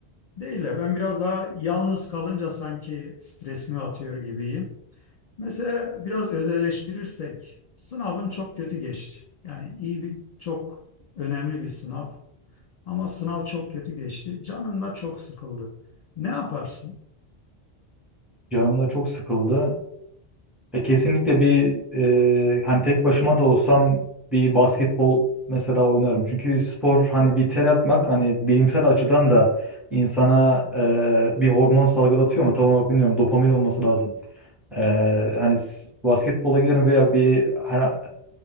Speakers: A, on the left (about 55°); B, in the centre.
A: değil de ben biraz daha yalnız kalınca sanki stresimi atıyor gibiyim. Mesela biraz özelleştirirsek sınavın çok kötü geçti. Yani iyi bir çok önemli bir sınav ama sınav çok kötü geçti. Canın da çok sıkıldı. Ne yaparsın?
B: Canım da çok sıkıldı. E, kesinlikle bir e, hani tek başıma da olsam bir basketbol mesela oynarım. Çünkü spor hani bir ter atmak hani bilimsel açıdan da insana e, bir hormon salgılatıyor ama tam olarak bilmiyorum dopamin olması lazım. E, hani s- basketbola giderim veya bir ha-